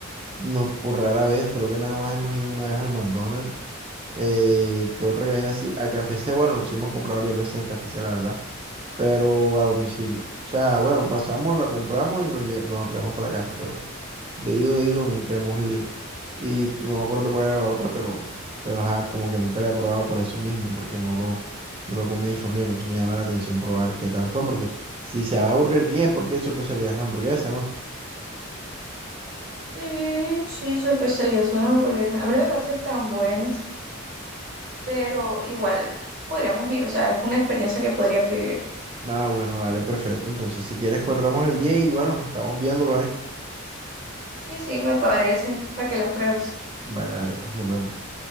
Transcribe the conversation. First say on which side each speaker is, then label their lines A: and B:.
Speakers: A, on the right; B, on the right.
A: No, por rara vez, creo que nada más hemos ido una vez al McDonald's. Eh, ¿qué otra cadena así? A KFC, bueno, sí hemos comprado varias veces en KFC, la verdad, pero a domicilio. O sea, bueno, pasamos, la compramos y nos, lle- nos traemos para casa, pero de ido, de ido nunca hemos ido. Y no me acuerdo cuál era la otra, pero, pero ajá, como que nunca la he probado por eso mismo, porque no lo, no lo come mi familia, entonces me llama la atención probar qué tal son, porque si se llama Burger King es porque eso pues sería la hamburguesa, ¿no?
B: Sí, sí, su especialidad son las hamburguesas. A mí no me parecen tan buenas, pero igual podríamos ir, o sea, es una experiencia que podrías vivir.
A: Ah, bueno, dale, perfecto. Entonces, si quieres, cuadramos el día y bueno, estamos viendo, pues. ¿eh?
B: Sí, sí, me parece, para que las pruebes.
A: Vale, vale, pues nos vemos.